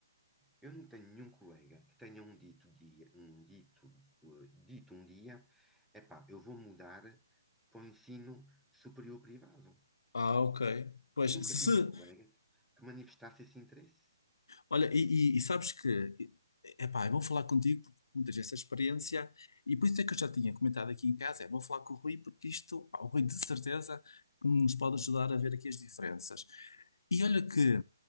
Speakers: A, in the centre; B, on the left (about 85°).
A: Eu não tenho nenhum colega que tenha um dito dia, um dito, uh, dito um dia, epá, eu vou mudar para o ensino superior privado.
B: Ah, ok. Pois,
A: Eu
B: se,
A: nunca tive
B: se
A: um colega que manifestasse esse interesse.
B: Olha, e, e- e sabes que, epá, é bom falar contigo porque tu tens essa experiência e por isso é que eu já tinha comentado aqui em casa, é bom falar com o Rui porque isto, pá, o Rui de certeza que nos pode ajudar a ver aqui as diferenças. E olha que,